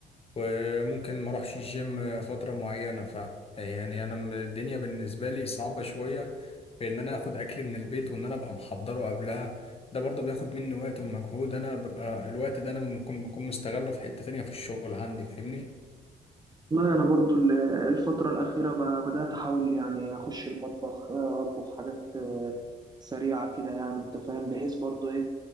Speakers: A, on the left; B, on the right.
A: وممكن ما اروحش الجيم فترة معينة ف يعني انا م- الدنيا بالنسبة لي صعبة شوية بان انا اخد اكل من البيت وان انا ابقى محضره قبلها ده برضه بياخد مني وقت ومجهود انا ببقى الوقت ده انا ممكن بكون مستغله في حتة تانية في الشغل عندي فاهمني
B: والله أنا برضو ال- الفترة الأخيرة ب- بدأت أحاول يعني أخش المطبخ آه، أطبخ حاجات آه، سريعة كده يعني أنت فاهم بحيث برضو إيه